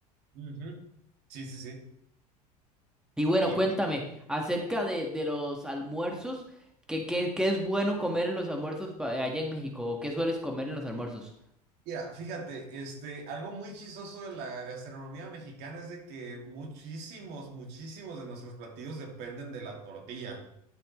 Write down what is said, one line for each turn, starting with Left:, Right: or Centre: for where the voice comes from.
Right: Ujú. Sí, sí, sí.
Centre: Y bueno,
Right: Y
Centre: cuéntame
Right: pues,
Centre: acerca de, de los almuerzos, que, que, que es bueno comer en los almuerzos pa- allá en México, o qué sueles comer en los almuerzos.
Right: mira, fíjate, este, algo muy chistoso de la gastronomía mexicana es de que muchísimos, muchísimos de nuestros platillos dependen de la tortilla.